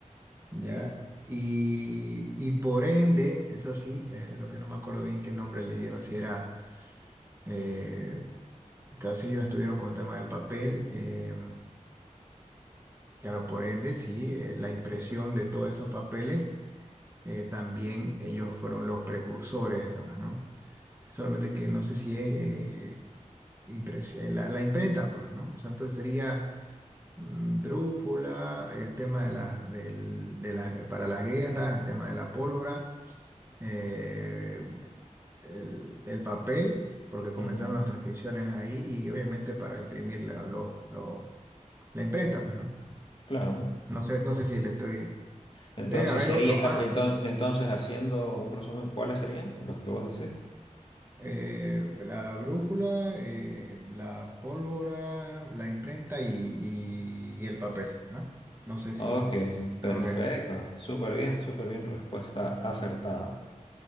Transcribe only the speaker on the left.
ujú,
Claro.
Entonces
sería,
eh, entonces, entonces haciendo un resumen, ¿cuáles serían los que vos decís?
Ok,
perfecto.
Súper bien, súper bien. Respuesta acertada.